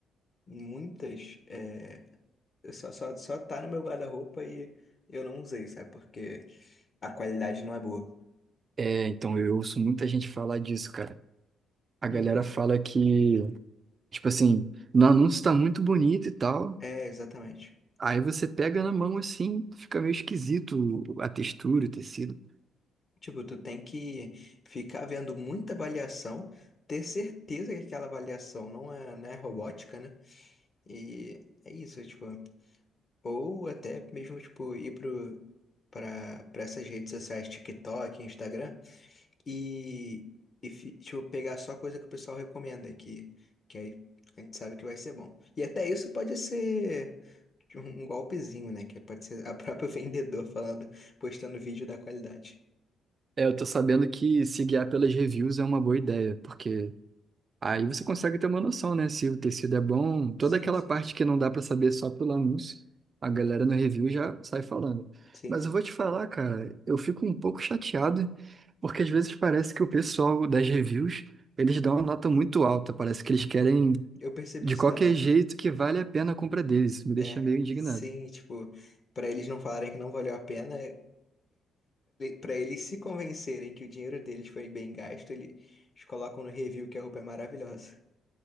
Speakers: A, on the left; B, on the right.
A: muitas é, só, só, só tá no meu guarda-roupa e eu não usei, sabe? Porque a qualidade não é boa.
B: É, então eu ouço muita gente falar disso, cara. A galera
A: Uhum.
B: fala que, tipo assim, no anúncio tá muito bonito e tal.
A: É, exatamente.
B: Aí você pega na mão assim, fica meio esquisito a textura, o tecido.
A: Tipo, tu tem que ficar vendo muita avaliação, ter certeza que aquela avaliação não é, né robótica, né? E é isso, tipo, ou até mesmo, tipo, ir pro, pra, pra essas redes sociais, TikTok, Instagram. E, e fi- deixa eu pegar só coisa que o pessoal recomenda aqui, que aí a gente sabe que vai ser bom. E até isso pode ser um um golpezinho, né? Que é, pode ser a própria <laughs> vendedor falando, postando vídeo da qualidade.
B: É, eu tô sabendo que se guiar pelas reviews é uma boa ideia, porque aí você consegue ter uma noção, né? Se o tecido é bom, toda
A: Sim,
B: aquela
A: sim,
B: parte que não dá pra saber só pelo anúncio, a galera no review já sai falando.
A: sim,
B: Mas
A: sim.
B: eu vou te falar, cara, eu fico um pouco chateado, porque às vezes parece que o pessoal das reviews eles dão uma nota muito alta, parece que eles querem
A: Eu percebi
B: de
A: isso
B: qualquer
A: também.
B: jeito que vale a pena a compra deles. Isso me deixa
A: É,
B: meio indignado.
A: sim, tipo, para eles não falarem que não valeu a pena, para <laughs> eles se convencerem que o dinheiro deles foi bem gasto, eles colocam no review que a roupa é maravilhosa.